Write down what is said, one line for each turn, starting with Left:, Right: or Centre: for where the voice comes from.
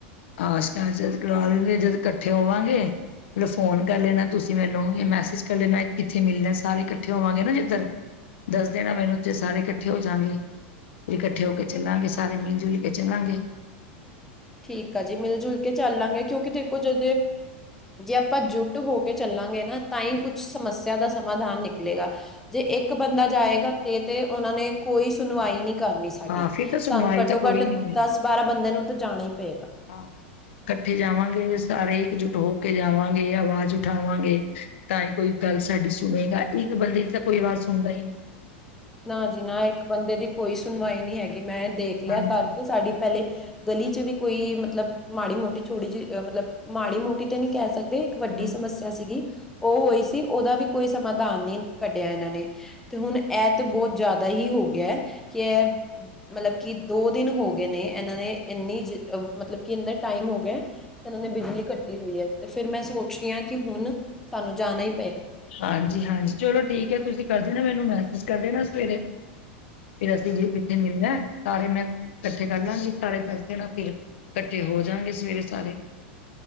Left: ਆਸ਼ ਜਦ ਕਰਵਾ ਲੈਂਦੇ ਜਦ ਇਕੱਠੇ ਹੋਵਾਂਗੇ। ਮਤਲਬ ਫੋਨ ਕਰ ਲੈਣਾ ਤੁਸੀਂ ਮੈਨੂੰ ਮੈਸੇਜ ਕਰ ਲੈਣਾ ਕਿੱਥੇ ਮਿਲਣਾ ਸਾਰੇ ਇਕੱਠੇ ਹੋਵਾਂਗੇ ਨਾ ਜਿੱਧਰ ਦੱਸ ਦੇਣਾ ਮੈਨੂੰ ਉੱਥੇ ਸਾਰੇ ਇਕੱਠੇ ਹੋ ਜਾਗੇ। ਫਿਰ ਇਕੱਠੇ ਹੋ ਕੇ ਚੱਲਾਂਗੇ ਸਾਰੇ ਮਿਲ ਜੁਲ ਕੇ ਚੱਲਾਂਗੇ।
Centre: ਠੀਕ ਆ ਜੀ ਮਿਲ ਜੁਲ ਕੇ ਚੱਲਾਂਗੇ ਕਿਉਂਕਿ ਦੇਖੋ ਜੋਂ ਜੇ ਆਪਾਂ ਜੁੱਟ ਹੋ ਕੇ ਚੱਲਾਂਗੇ ਨਾ ਤਾਂ ਹੀ ਕੁੱਛ ਸਮੱਸਿਆ ਦਾ ਸਮਾਧਾਨ ਨਿਕਲੇਗਾ ਜੇ ਇੱਕ ਬੰਦਾ ਜਾਏਗਾ ਤੇ ਤੇ ਉਹਨਾਂ ਨੇ ਕੋਈ ਸੁਣਵਾਈ ਨੀ ਕਰਨੀ ਸਾਡੀ
Left: ਹਾਂ ਫਿਰ ਤਾਂ ਸੁਣਵਾਈ
Centre: ਸਾਨੂੰ ਘੱਟੋ
Left: ਤਾਂ ਕੋਈ
Centre: ਘੱਟ
Left: ਨੀ ਹੋਣੀ।
Centre: ਦਸ ਬਾਰਾਂ ਬੰਦੇ ਨੂੰ ਤਾਂ ਜਾਣਾ ਹੀ ਪਏਗਾ।
Left: ਹਾਂ। ਕੱਠੇ ਜਾਵਾਂਗੇ ਸਾਰੇ ਇਕਜੁੱਟ ਹੋ ਕੇ ਜਾਵਾਂਗੇ ਆਵਾਜ਼ ਉਠਾਵਾਂਗੇ ਤਾਂ ਈ ਕੋਈ ਗੱਲ ਸਾਡੀ ਸੁਣੇਗਾ ਇੱਕ ਬੰਦੇ ਦੀ ਤਾਂ ਕੋਈ ਵਾਜ਼ ਸੁਣਦਾ ਈ ਨੀ।
Centre: ਨਾ ਜੀ ਨਾ ਇੱਕ ਬੰਦੇ ਦੀ ਕੋਈ ਸੁਣਵਾਈ ਨੀ ਹੈਗੀ ਮੈਂ ਦੇਖ ਲਿਆ
Left: ਹਾਂਜੀ
Centre: ਕਰਕੇ ਸਾਡੀ ਪਹਿਲੇ ਗਲੀ ਚ ਵੀ ਕੋਈ ਮਤਲਬ ਮਾੜੀ ਮੋਟੀ ਛੋੜੀ ਜੀ ਮਤਲਬ ਮਾੜੀ ਮੋਟੀ ਤੇ ਨੀ ਕੈ ਸਕ ਦੇ ਇੱਕ ਵੱਡੀ
Left: ਹੂੰ।
Centre: ਸਮੱਸਿਆ ਸੀਗੀ। ਔ ਹੋਈ ਸੀ ਓਦਾ ਵੀ ਕੋਈ ਸਮਾਧਾਨ ਨੀ ਕੱਢਿਆ ਐਨਾਂ ਨੇ ਤੇ ਹੁਣ ਐ ਤੇ ਬੋਤ ਜਾਦਾ ਹੀ ਹੋ ਗਿਆ ਕੈ ਮਤਲਬ ਕਿ ਦੋ ਦਿਨ ਹੋਗਿਆ ਨੇ ਏਨਾਂ ਨੇ ਇੰਨੀ ਜੇ ਮਤਲਬ ਕਿ ਇਨਾਂ ਟਾਈਮ ਹੋ ਗਿਆ ਕਿ ਓਨਾ ਨੇ ਬਿਜਲੀ ਕੱਟੀ ਹੋਈ ਐ ਤੇ ਫੇਰ ਮੈਂ ਸੋਚ ਰੀ ਹਾਂ ਕੀ ਹੁਣ ਸਾਨੂੰ ਜਾਣਾ ਈ
Left: ਹਾਂਜੀ-ਹਾਂਜੀ ਚਲੋ ਠੀਕ ਐ ਤੁਸੀਂ ਕਰ ਦੇਨਾ ਮੈਨੂੰ ਮੈਸੇਜ ਕਰ ਦੇਣਾ ਸਵੇਰੇ। ਫਿਰ ਅਸੀਂ ਜੇ ਕਿੱਥੇ ਮਿਲਣਾ ਸਾਰੇ ਮੈਂ ਕੱਠੇ ਕਰ ਲਾਂਗੀ ਸਾਰੇ ਦੱਸ ਦੇਣਾ ਫਿਰ ਕੱਠੇ ਹੋ ਜਾਣਗੇ ਸਵੇਰੇ ਸਾਰੇ।